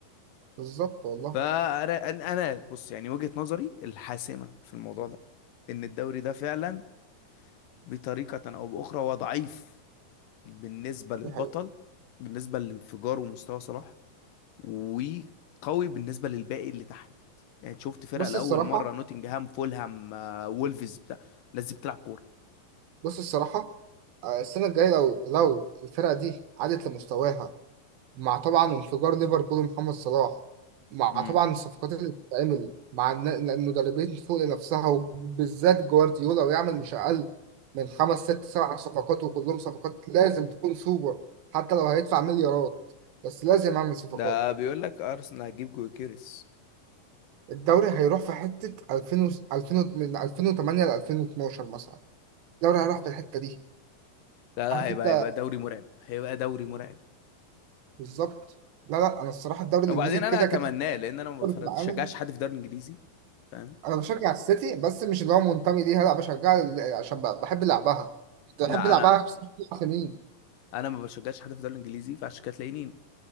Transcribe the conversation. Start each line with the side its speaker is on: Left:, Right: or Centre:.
Right: بالظبط والله
Left: فانا انا أنا- بص يعني وجهه نظري الحاسمه في الموضوع ده ان الدوري ده فعلا بطريقه او باخرى هو ضعيف بالنسبه للبطل
Right: دي حقيقة
Left: بالنسبه لانفجاره ومستوى صلاح وقوي بالنسبه للباقي اللي تحت يعني شفت فرقه
Right: بص
Left: لاول
Right: الصراحه
Left: مره نوتنجهام فولهام آه، وولفز بتاع الناس دي بتلعب كوره
Right: بص الصراحه آه، السنه الجايه لو لو الفرقه دي عادت لمستواها مع طبعا انفجار ليفربول ومحمد صلاح مع
Left: امم
Right: طبعا الصفقات اللي بتتعمل مع الن- المدربين فوق لنفسها وبالذات جوارديولا ويعمل مش أقل من خمس ست سبع صفقات وكلهم صفقات لازم تكون سوبر حتى لو هيدفع مليارات بس لازم أعمل صفقات
Left: ده بيقول لك ارسنال هتجيب جوكيريس
Right: الدوري هيروح في حتة 2000 و... 2000 و- من 2008 ل 2012 مثلا الدوري هيروح في الحتة دي
Left: لا لا
Right: عارف
Left: هيبقى
Right: أنت
Left: هيبقى دوري مرعب هيبقى دوري مرعب
Right: بالظبط لا لا أنا الصراحة الدوري الإنجليزي
Left: وبعدين
Right: كده
Left: انا اتمناه
Right: كده
Left: لان انا ما
Right: في
Left: بفر-
Right: العالم
Left: بشجعش حد في الدوري الانجليزي فاهم
Right: انا بشجع السيتي بس مش اللي هو منتمي ليها لا بشجع ال- عشان ب- بحب لعبها كنت بحب
Left: لا
Right: لعبها
Left: انا
Right: خمس سنين
Left: انا ما بشجعش حد في الدوري الانجليزي فعشان كده تلاقيني